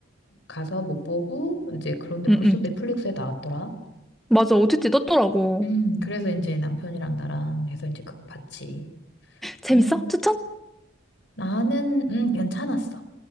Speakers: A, on the left; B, in the centre.
A: 가서 못 보고 이제 그런데 벌써
B: 응, 응.
A: 넷플릭스에 나왔더라.
B: 맞아. OTT 떴더라고.
A: 음, 그래서 이제 남편이랑 나랑 해서 이제 그거 봤지.
B: 재밌어?
A: 나는
B: 추천?
A: 나는 음, 괜찮았어.